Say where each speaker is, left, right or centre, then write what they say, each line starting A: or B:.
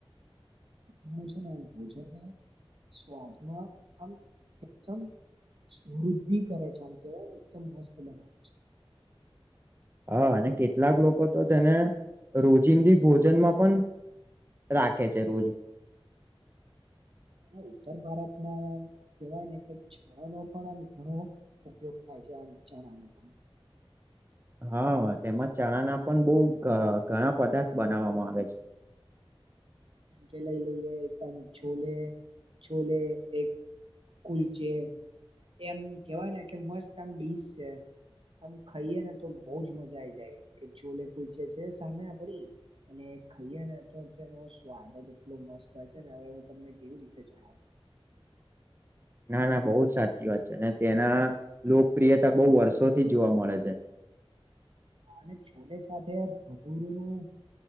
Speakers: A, on the right (about 65°); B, on the right (about 25°).
A: બિલકુલ છે ને ભોજનને સ્વાદમાં આમ એકદમ વૃદ્ધિ કરે છે આમ કેવાયને એકદમ મસ્ત બનાવે છે <inaudible> <unintelligible>
B: હા અને કેટલાક લોકો તો તેને રોજિંદી ભોજનમાં પણ રાખે છે રોજ
A: હ અને ઉત્તર ભારતમાં કહેવાય ને કે છણો નો પણ આમ ઘણો ઉપયોગ થાય આમ જણાનું પણ
B: હા તેમાં ચણા ના પણ બહ ઘણા પદાર્થ બનાવવામાં આવે છે
A: કેમ કે લઈ લઈએ એક આમ છોલે છોલે એક કુલચે એમ કેવાય ને કે મસ્ત આમ ડીશ છે અને ખાઈએ ને તો બહજ મજા આઈ જાય કે ચોલે કુલચે છે સામે આપડી અને ખાઈએે ને તોનો સ્વાદ જ એટલો મસ્ત હોય છે ને હવે હું તમને કેવી રીતે જણાવું
B: ના ના બહ જ સાચી વાત છે અને તેના લોકપ્રિયતા બહુ વર્ષોથી જોવા મળે છે
A: હ અને છોલે સાથે ભટૂરનુંું